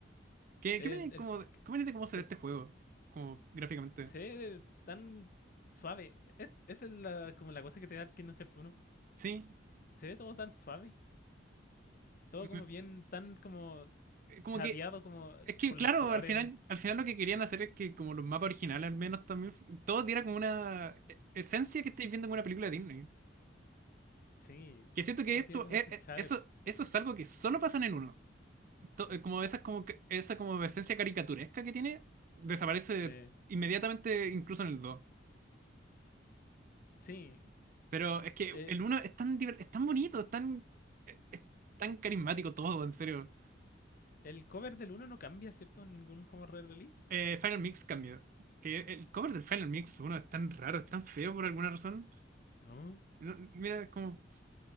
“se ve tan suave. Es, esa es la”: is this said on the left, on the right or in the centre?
Left